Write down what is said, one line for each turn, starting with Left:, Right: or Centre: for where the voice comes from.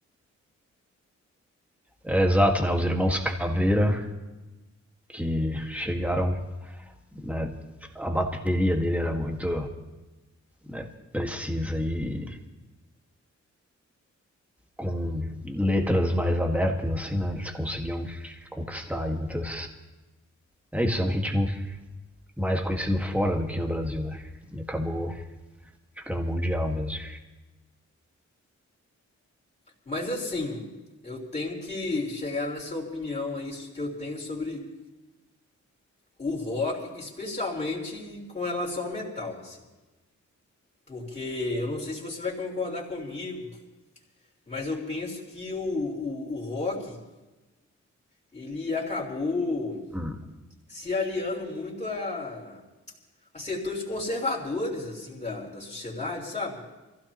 Centre: é exato né os irmãos Caveira que chegaram né, a bateria dele era muito né, precisa e com letras mais abertas, assim, né? Eles conseguiam conquistar aí muitas. É isso, é um ritmo mais conhecido fora do que no Brasil, né? E acabou ficando mundial mesmo.
Left: Mas assim, eu tenho que chegar nessa opinião aí que eu tenho sobre o rock, especialmente com relação ao metal, assim. Porque eu não sei se você vai concordar comigo, mas eu penso que o, o, o rock ele acabou
Centre: Hum.
Left: se aliando muito a, a setores conservadores assim da, da sociedade, sabe?